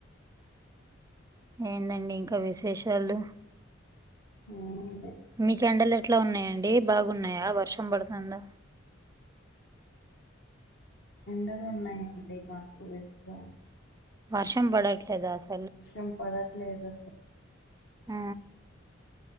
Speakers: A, on the right; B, on the left.
A: ఏందండి ఇంకా విశేషాలు
B: ఆమ్
A: మీకు ఎండలు ఎట్లా ఉన్నాయండి బాగున్నాయా వర్షం పడుతుందా
B: ఎండలు ఉన్నాయండి మాకు కూడా ఎక్కువ
A: వర్షం పడట్లేదా అసలు
B: వర్షం పడట్లేదు
A: ఆ